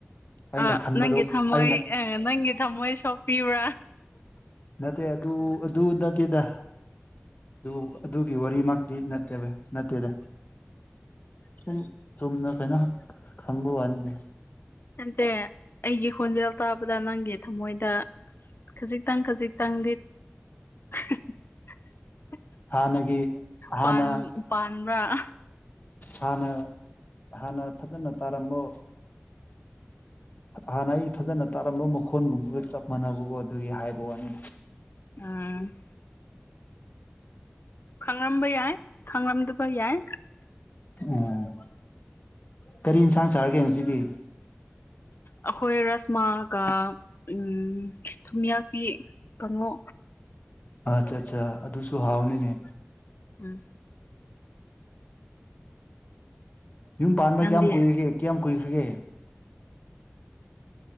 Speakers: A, on the left (about 45°); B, on the left (about 60°).
A: ꯑꯩꯅ
B: ꯑ
A: ꯈꯟꯕꯗꯨ
B: ꯅꯪꯒꯤ ꯊꯝꯃꯣꯏ
A: ꯑꯩꯅ
B: ꯑ ꯅꯪꯒꯤ ꯊꯝꯃꯣꯏ ꯁꯣꯛꯄꯤꯕ꯭ꯔꯥ
A: ꯅꯠꯇꯦ ꯑꯗꯨ ꯑꯗꯨ ꯅꯠꯇꯦꯗ ꯑꯗꯨ ꯑꯗꯨꯒꯤ ꯋꯥꯔꯤꯃꯛꯇꯤ ꯅꯠꯇꯦꯕ ꯅꯠꯇꯦꯗ ꯁꯨꯝ ꯆꯨꯝꯅ ꯀꯩꯅꯣ ꯈꯪꯕ ꯋꯥꯅꯤꯅꯦ
B: <unintelligible> ꯇꯦ ꯑꯩꯒꯤ ꯍꯣꯟꯖꯤꯜ ꯇ ꯄꯗꯥ ꯅꯪꯒꯤ ꯊꯃꯣꯏꯗ ꯈꯖꯤꯛꯇꯪ ꯈꯖꯤꯛꯇꯪꯗꯤ <inaudible>
A: ꯍꯥꯟꯅꯒꯤ ꯍꯥꯟꯅ
B: ꯄꯥꯟ ꯄꯥꯟꯕ꯭ꯔꯥ
A: ꯍꯥꯟꯅ ꯍꯥꯟꯅ ꯐꯖꯅ ꯇꯥꯔꯝꯃꯣ ꯍꯥꯟꯅ ꯑꯩ ꯐꯖꯅ ꯇꯥꯔꯝꯕ ꯃꯈꯣꯟꯒꯨꯝꯕꯒ ꯆꯞ ꯃꯥꯟꯅꯕꯀꯣ ꯑꯗꯨꯒꯤ ꯍꯥꯏꯕ ꯋꯥꯅꯤ
B: ꯎꯝ ꯈꯪꯂꯝꯕ ꯌꯥꯏ ꯈꯪꯂꯝꯗꯕ ꯌꯥꯏ
A: ꯑꯣ ꯀꯔꯤ ꯏꯟꯁꯥꯡ ꯆꯥꯔꯒꯦ ꯉꯁꯤꯗꯤ
B: ꯑꯩꯈꯣꯏ ꯔꯁꯃꯥꯒ ꯎ ꯊꯨꯝꯌꯥꯛꯄꯤ ꯀꯥꯡꯉꯣ
A: ꯑꯠꯆꯥ ꯑꯠꯆꯥ ꯑꯗꯨꯁꯨ ꯍꯥꯎꯅꯤꯅꯦ
B: ꯎꯝ
A: ꯌꯨꯝ ꯄꯥꯟꯕ
B: ꯅꯪꯗꯤ
A: ꯀꯌꯥꯝ ꯀꯨꯏꯔꯒꯦ ꯀꯌꯥꯝ ꯀꯨꯏꯈ꯭ꯔꯒꯦ